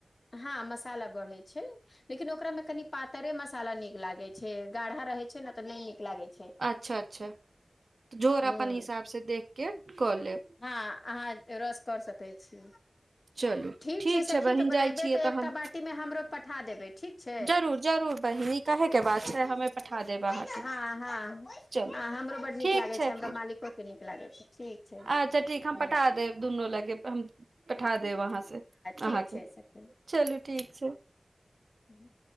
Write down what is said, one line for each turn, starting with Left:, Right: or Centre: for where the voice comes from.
Left: हँ मसाला बढ़ै छै लेकिन ओकरा मे कनी पातरे मसाला नीक लागै छै गाढ़ा रहै छै न तऽ नै नीक लागै छै
Right: अच्छा अच्छा तऽ जोर
Left: हूँ
Right: अपन हिसाबसे देखके कऽ लेब
Left: हँ अहाँ रस कर सकै छी
Right: चलू
Left: ठीक छै सखी
Right: बहिन
Left: तऽ बनेबै
Right: जाइ छियै
Left: तऽ
Right: तहन
Left: एकटा बाटी मे हमरो पठा देबै ठीक छै <unintelligible>
Right: जरूर जरूर बहिनी कहयके बात छै हमे पठा देब अहाँके
Left: हॅं हॅं हँ
Right: चलू
Left: हमरो बड
Right: ठीक
Left: नीक लागै छै हमरा
Right: फिर
Left: मालिकोके नीक लागै छै ठीक छै
Right: अच्छा ठीक हम
Left: हूँ
Right: पठा देब दुनू लगे त हम पठा देब आहा‌ॅं से
Left: ठीक
Right: अहाँके
Left: छै सखी
Right: चलू ठीक छै
Left: हूँ